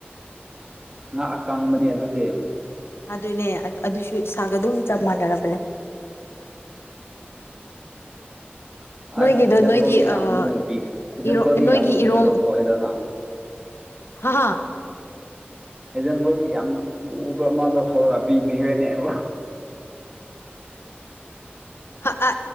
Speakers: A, on the right (about 15°); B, on the left (about 85°).
A: ꯉꯍꯥꯛ ꯑꯀꯪꯕꯅꯦ ꯑꯗꯨꯗꯤ
B: ꯑꯗꯨꯅꯦ ꯑꯗꯨꯁꯨ ꯏꯁꯒ ꯑꯗꯨꯝ ꯆꯞ ꯃꯥꯟꯅꯔꯕꯅꯦ
A: ꯑꯁ
B: ꯅꯣꯏꯒꯤꯗꯣ
A: ꯑꯦꯛꯖꯥꯝꯄꯜꯗꯤ
B: ꯅꯣꯏꯒꯤꯔ
A: ꯌꯥꯝ ꯂꯨꯅ ꯄꯤ ꯑꯦꯛꯖꯥꯝꯄꯜꯗꯤ
B: ꯅꯣꯏꯒꯤ
A: ꯌꯥꯝ ꯂꯨꯅ
B: ꯏꯔꯣꯝ
A: ꯂꯧꯊꯣꯛꯑꯦꯗꯅ
B: ꯍꯥ ꯍꯥ
A: ꯑꯦꯛꯖꯥꯝꯄꯜꯗꯤ ꯌꯥꯝ ꯂꯨꯕ ꯑꯃ ꯂꯧꯊꯣꯛꯑꯒ ꯄꯤꯕꯤꯈ꯭ꯔꯅꯦꯕ
B: ꯑ ꯑ